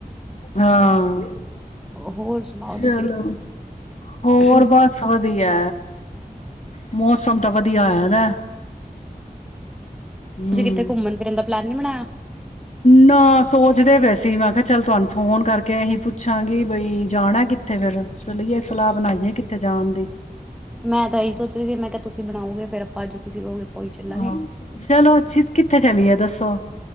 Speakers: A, on the left; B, in the centre.
A: ਹਾਂ
B: ਹੋਰ ਸੁਣਾਓ
A: ਚਲੋ
B: ਤੁਸੀਂ
A: ਹੋਰ
B: ਤੁਸੀਂ
A: ਬਸ ਵਧੀਆ ਮੌਸਮ ਤਾਂ ਵਧੀਆ ਹੋਯਾਦਾ ਹੈ। ਹਮ
B: ਕਿੱਥੇ ਘੁੰਮਣ ਫਿਰਨ ਦਾ ਪਲੈਨ ਨੀ ਬਣਾਇਆ
A: ਨਾ ਸੋਚਦੇ ਵੈਸੀੇ ਮੈਂ ਕਿਹਾ ਚੱਲ ਤੁਹਾਨੂੰ ਫੋਨ ਕਰਕੇ ਅਸੀਂ ਪੁੱਛਾਂਗੀ ਬਈ ਜਾਣਾ ਕਿੱਥੇ ਫੇਿਰ ਚਲੀਏ ਸਲਾਹ ਬਣਾਈਏ ਕਿੱਥੇ ਜਾਣ ਦੀ।
B: ਮੈਂ ਤਾਂ ਇਹੀ ਸੋਚ ਰਹੀ ਸੀ ਮੈਂ ਕਿਹਾ ਤੁਸੀਂ ਬਣਾਓਗੇ ਫੇਰ ਆਪਾਂਜ ਤੁਸੀਂ ਕਹੋਗੇ ਆਪਾਂ ਉਹੀ ਚੱਲਾਂਗੇ
A: ਹਾਂ ਚਲੋ ਅ ਕਿੱਥੇ ਚਲੀਏ ਦੱਸੋ ਸੌ